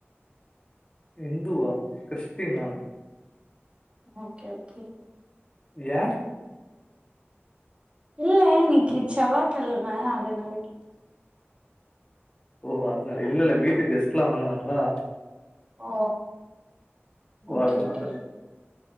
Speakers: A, on the left (about 25°); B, on the right (about 25°).
A: ஹிந்துவா கிறிஸ்டியன் நானு
B: ஓகே ஓகே
A: யா
B: இல்ல இன்னிக்கி செவ்வக்கிழ மா அதனால கேட்ட
A: ஓ அதனால இல்ல இல்ல வீட்டுக்கு கெஸ்ட் எலாம் வந்திருந்தாங்களா
B: ஓ
A: சோ
B: ஓகே
A: அதனால
B: ஓகே